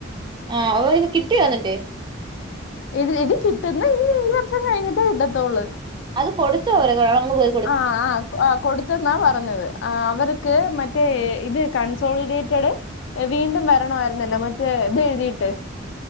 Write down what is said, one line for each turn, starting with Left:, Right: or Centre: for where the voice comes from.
Right: ആഹ് അവല്ക്ക് കിട്ടിയൊ ന്നട്ട്
Left: ഇ ഇനി കിട്ടുന്ന ഇനി ഈ വർഷം കഴിഞ്ഞിട്ടേ കിട്ടത്തൊള്ളൂ
Right: അത് കൊടുത്തു അവർ <unintelligible>
Left: ആഹ് ആഹ് ആഹ് കൊടുത്തെന്നാ പറഞ്ഞത് അവർക്ക് മറ്റേ ഇത് കൺസോളിഡേറ്റഡ് വീണ്ടും വരണമായിരുന്നല്ലോ മറ്റേ ഇത് എഴുതിയിട്ട്